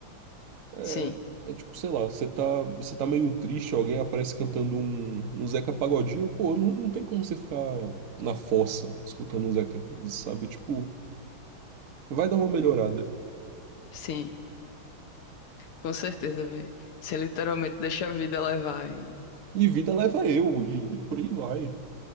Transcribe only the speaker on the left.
Sim,
sim, com certeza, velho. Você literalmente deixa a vida levar e...